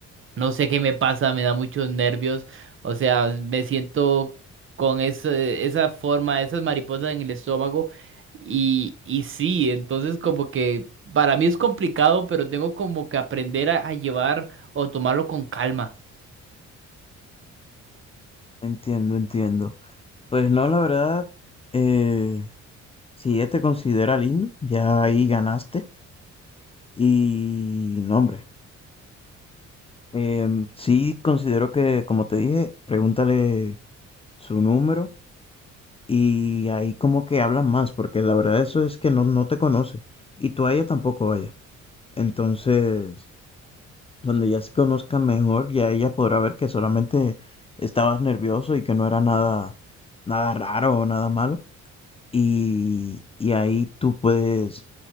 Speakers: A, on the right; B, on the left.
A: no sé qué me pasa, me da muchos nervios, o sea, me siento con ese- esa forma, esas mariposas en el estómago y, y sí, entonces como que para mí es complicado, pero tengo como que aprender a a llevar o tomarlo con calma.
B: Entiendo, entiendo. Pues no, la verdad, eh, si ella te considera lindo, ya ahí ganaste. Y no, hombre, em, sí considero que, como te dije, pregúntale su número. Y ahí como que hablan más, porque la verdad eso es que no, no te conoce. Y tú a ella tampoco vaya. Entonces, cuando ya se conozcan mejor, ya ella podrá ver que solamente estabas nervioso y que no era nada, nada raro o nada malo. Y, y ahí tú puedes,